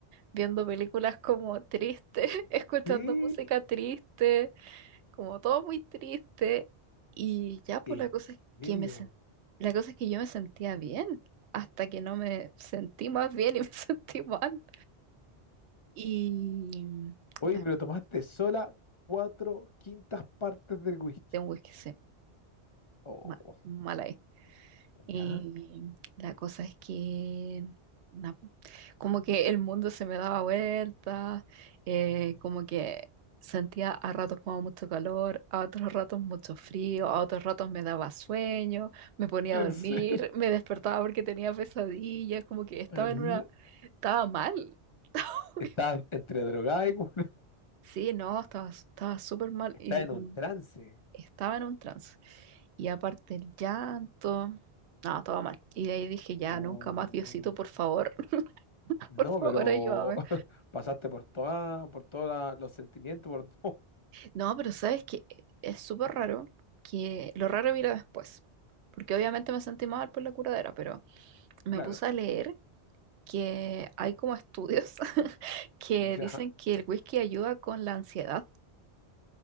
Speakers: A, on the right (about 80°); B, on the left (about 35°).
A: viendo películas como tristes, <laughs> escuchando
B: ¿Qué?
A: música triste, como todo muy triste. Y ya, pues
B: ¿En
A: la cosa es
B: serio?
A: que me sen- la cosa es que yo me sentía bien, hasta que no me sentí más bien y <laughs> me sentí mal. Y mm,
B: Oye,
A: la
B: pero tomaste sola cuatro quintas partes del whisky.
A: de un whisky se
B: Oh,
A: ma- mala Y
B: ¿Ya?
A: la cosa es que, na, como que el mundo se me daba vueltas, eh, como que sentía a ratos como mucho calor, a otros ratos mucho frío, a otros ratos me daba sueño, me ponía
B: ¿En
A: a dormir,
B: serio?
A: me despertaba porque tenía pesadillas, como que estaba
B: En-
A: en una, estaba mal. <laughs>
B: Estás entre drogada y cu-
A: Sí, no, estaba, estaba súper mal.
B: estás
A: Y,
B: en un trance.
A: estaba en un trance. Y aparte el llanto, no, todo mal. Y de ahí dije, ya,
B: Oh,
A: nunca más, Diosito, por favor, <laughs>
B: no,
A: por favor,
B: pero
A: ayúdame.
B: <laughs> pasaste por toda, por todos los sentimientos, por todo. <laughs>
A: No, pero sabes que eh, es súper raro que lo raro vino después. Porque obviamente me sentí mal por la curadera, pero me
B: Claro.
A: puse a leer que hay como estudios <laughs> que
B: ¿Ya?
A: dicen que el whisky ayuda con la ansiedad.